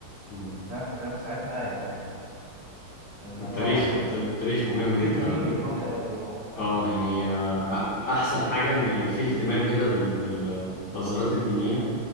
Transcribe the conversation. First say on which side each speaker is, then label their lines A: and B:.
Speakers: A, on the left (about 65°); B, on the right (about 25°).
A: امم.
B: فاهم فكان ساعتها يعني الموضوع
A: التاريخ
B: كان
A: الت- التاريخ مهم
B: تاريخ
A: جدا
B: ديني
A: على فكره
B: قوي قوي اه فاهم
A: اه يعني آه، أ- احسن حاجه ان فيه اهتمام كده بال... بالبازارات الدينيه